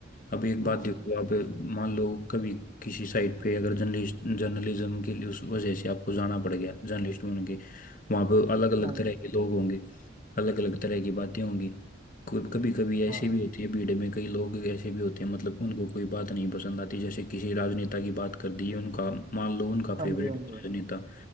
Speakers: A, on the left (about 45°); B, on the right (about 35°).
A: अब एक
B: हाँ
A: बात देखो आप मान लो कभी किसी साइट पे अगर जर्नलिस्ट जर्नलिज्म के लिए उस वजह से आपको जाना पड़ गया जर्नलिस्ट बन के वहाँ पे अलग अलग
B: हाँ
A: तरह
B: जी
A: के लोग होंगे अलग अलग तरह की बातें होंगी कभी कभी ऐसे
B: हाँ
A: भी होती है भीड़ में कई लोग ऐसे भी होते हैं मतलब उनको कोई बात नहीं पसंद आती जैसे किसी राजनेता की बात कर दी उनका मान लो उनका
B: हाँ
A: फेवरेट
B: जी हाँ जी
A: राजनेता